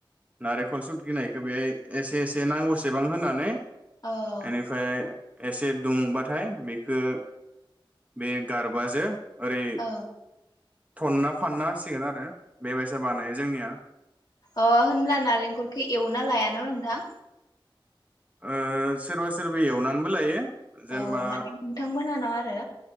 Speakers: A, on the right; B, on the left.
A: नारेखल सुदकिनायखो बेहाय एसे एसे नांगौसेबां होनानै एनिफाय
B: औ
A: एसे दुंबाथाय बेखो बे गारबाजो ओरै
B: औ
A: थनाब फानना होसिगोन आरो बेबायसा बानायो जोंनिया
B: ओ अ होनब्ला नारेंखलखौ एवना लायान नोंथां?
A: ओ सोरबा सोरबि एवनानैबो लायो। जेनेबा
B: औ माने नोंथांमोनहानाव आरो